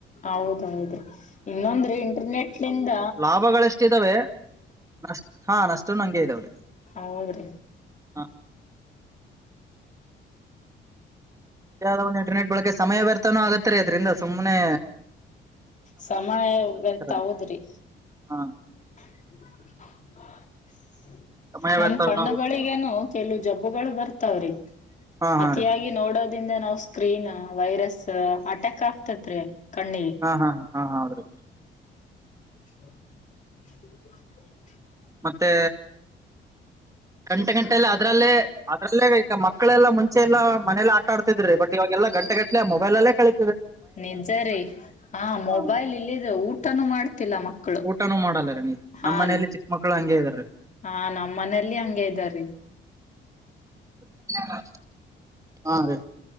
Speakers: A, on the left; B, on the right.
A: ಹೌದೌದು ಇನ್ನೊಂದ್ರೆ ಇಂಟರ್ನೆಟ್ ನಿಂದ
B: ಲಾಭಗಳೆಷ್ಟಿದ್ದಾವೆ ನಷ್ಟ ಹಾ ನಷ್ಟ ಹಂಗೆ ಇದಾವ್ರಿಗೆ
A: ಹೌದ್ರಿ
B: ಹಾ ಯಾವದ ಒ ಇಂಟರ್ನೆಟ್ಳಕ ಸಮಯ ವ್ಯರ್ಥನೂ ಆಗತ್ತರಿ ಅದರಿಂದ ಸುಮ್ಮನೆ
A: ಸಮಯ ವರ್ತ
B: ಅದ್ರ
A: ಹೌದ್ರಿ
B: ಹಾ
A: <unintelligible>
B: ಸಮಯ
A: ನಮ
B: ವ್ಯರ್ಥನು
A: ಕಣ್ಣುಗಳಿಗನು
B: ಆಗುತ್ತೆ
A: ಕೆಲವು ಜಬ್ಬುಗಳು ಬರ್ತಾವ್ರಿ
B: ಹಾ ಹಾ
A: ಅತಿಯಾಗಿ
B: ರೀ
A: ನೋಡೋದಿಂದ ನಾವ್ ಸ್ಕ್ರೀನ್ ವೈರಸ್ ಅಟ್ಯಾಕ್ ಆಗ್ತತ್ ರೀ ಕಣ್ಣ
B: ಹಾ ಹಾ ಹಾ ಹೌದ್ರೀ
A: <inaudible>
B: ಮತ್ತೆ ಗಂಟೆ ಗಂಟಲ್ಲ ಅದ್ರಲ್ಲೇ ಅದ್ರಲ್ಲೇ ಈಗ ಮಕ್ಕಳೆಲ್ಲ ಮುಂಚೆ ಎಲ್ಲಾ ಮನೇಲಿ ಆಾ ಆಡ್ತಿದ್ರಿ ಬಟ್ ಇಗೆಲ್ಲ ಗಂಟೆಟ್ಟಲೆ ಬಾಲಲ್ಲ ಕಳಿ
A: ನಿಜ ರೀ ಆ ಮೊಬೈಲ್
B: ಹಾ
A: ಇಲ್ಲಿದೆ ಊಟನು ಮಾಡ್ತಿಲ್ಲ ಮಕ್ಕ ಮಕ್ಕಳು
B: ಊಟನೂ ಮಾಡಲ್ಲ ರೀ ನೀವು
A: ಹಾ
B: ನಮ್ ಮನೇಲಿ
A: ರೀ
B: ಚಿಕ್ಕ ಮಕ್ಕಳು ಹಂಗೆ ಇದಾರೆ
A: ಹಾ ನಮ್ಮ ಮನೇಲಿ ಹಂಗಗೆ ಇದ್ದಾರೀ
B: <inaudible> ಹಾ ರೀ